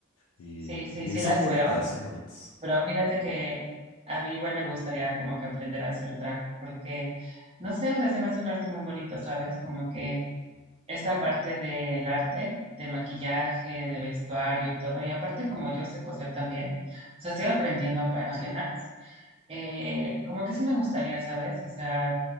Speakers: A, on the left; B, on the right.
A: y,
B: sí, sí, sí
A: y son
B: las
A: bonitas,
B: veo,
A: son bonitas.
B: pero fíjate que a mí igual me gustaría como que aprender a hacer drag, porque, no sé, o sea, se me hace un arte muy bonito, ¿sabes? Como que esta parte del arte, de maquillaje, de vestuario y todo, y aparte como yo sé coser también, o sea, estoy aprendiendo apa- apenas. Eh, como que sí me gustaría, ¿sabes? O sea,